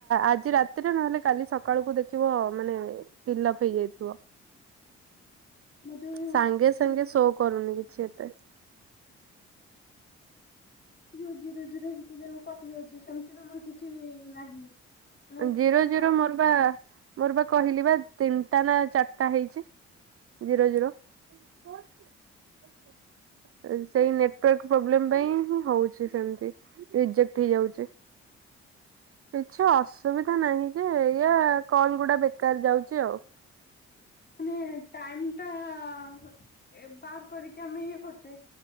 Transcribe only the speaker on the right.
ଆଜି ରାତିରେ ନହେଲେ କାଲି ସକାଳକୁ ଦେଖିବ ମାନେ ଫିଲପ୍ ହେଇ ଯାଇଥିବ।
ସାଙ୍ଗେ ସାଙ୍ଗେ
ସୋ କରୁନି କିଛି ଏତେ।
ଜିରୋ
ଜିରୋ
ମୋର ପା ମୋର ପା କହିଲି ବା ତିନିଟା ନା ଚାରିଟା ହେଇଚି ଜିରୋ ଜିରୋ। <unintelligible> ସେଇ ନେଟୱାର୍କ ପ୍ରୋବ୍ଲେମ ପାଇଁ ହିଁ ହଉଚି ସେମତି। ରିଜେକ୍ଟ ହେଇଯାଉଚି। <unintelligible> ସୁବିଧା ନାହିଁ ଯେ। ଏୟା କଲ୍ ଗୁଡା ବେକାର ଯାଉଚି ଆଉ।